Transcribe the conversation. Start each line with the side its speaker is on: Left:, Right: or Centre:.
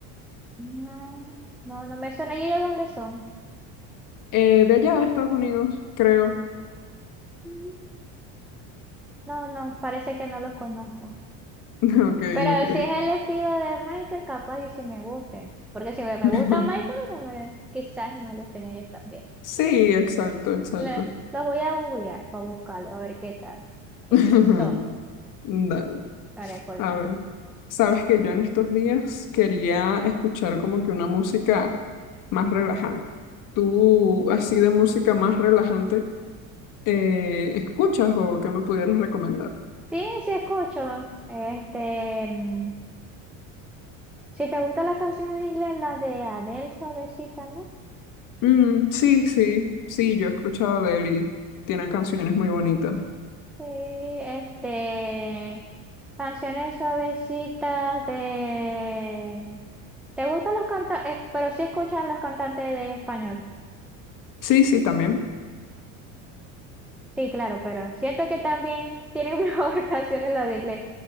Centre: No, no, no me suena. ¿Y ellos dónde son?
Left: Eh, de allá de Estados Unidos, creo.
Centre: Mm, No, no, parece que no los conozco.
Left: <laughs> Ok,
Centre: Pero
Left: ok.
Centre: si es el estilo de Michael, capaz y si me gusten. Porque si me
Left: <laughs>
Centre: gusta Michael, no me- quizás no me gusten ellos también.
Left: Sí, exacto, exacto.
Centre: Le- los voy a googlear para buscarlo, a ver qué tal. ¿Quiénes
Left: <laughs>
Centre: son?
Left: Dale,
Centre: Para recordar.
Left: a ver. Sabes que yo en estos días quería escuchar como que una música más relajante. ¿Tú, así de música más relajante, eh, escuchas o qué me pudieras recomendar?
Centre: Sí, sí escucho. Este, mm, si te gustan las canciones en inglés, las de Adele, suavecita, ¿no?
Left: Mm, sí, sí, sí, yo he escuchado de él y tienen canciones muy bonitas.
Centre: Sí, este, canciones suavecitas de... ¿Te gustan los cantantes? Pero sí escuchas los cantantes de español.
Left: Sí, sí, también.
Centre: Sí, claro, pero siento que también tienen <laughs> mejor canciones las de inglés.